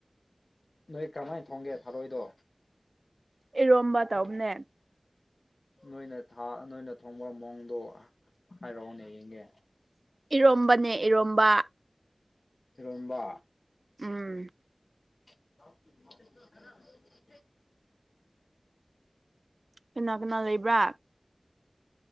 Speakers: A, on the left (about 70°); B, on the right (about 60°).
A: ꯅꯣꯏ ꯀꯃꯥꯏꯅ ꯊꯣꯡꯒꯦ ꯊꯔꯣꯏꯗꯣ
B: ꯏꯔꯣꯝꯕ ꯇꯧꯕꯅꯦ
A: ꯅꯣꯏꯅ ꯊꯥ ꯅꯣꯏꯅ ꯊꯣꯡꯕ ꯃꯑꯣꯡꯗꯣ ꯍꯥꯏꯔꯛꯑꯣꯅꯦ ꯌꯦꯡꯒꯦ
B: ꯏꯔꯣꯝꯕꯅꯦ ꯏꯔꯣꯝꯕ
A: ꯏꯔꯣꯝꯕ
B: ꯎꯝ
A: <unintelligible>
B: ꯀꯅꯥ ꯀꯅꯥ ꯂꯩꯕ꯭ꯔꯥ